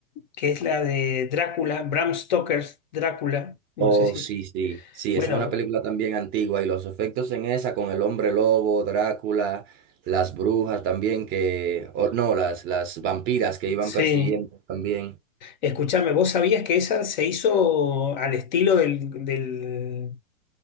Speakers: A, on the left (about 35°); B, on the right (about 25°).
A: que es la de Drácula, Bram Stoker's Drácula, no
B: Oh,
A: sé si...
B: sí, sí, sí,
A: Bueno,
B: esa es una película también antigua y los efectos en esa con el hombre lobo, Drácula, las brujas también que, o no, las, las vampiras que iban
A: sí.
B: persiguiendo también.
A: Escuchame, ¿vos sabías que esa se hizo al estilo del, del,